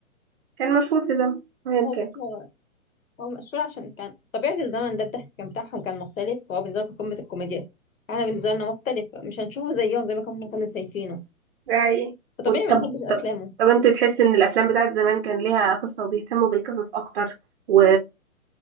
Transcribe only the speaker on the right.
كان مشهور في زمن ايا
كان
ده حقيقي
وطب
طب
طب انت تحس ان الافلام بتاعت زمان كان ليها قصة وبيهتموا بالقصص اكتر و...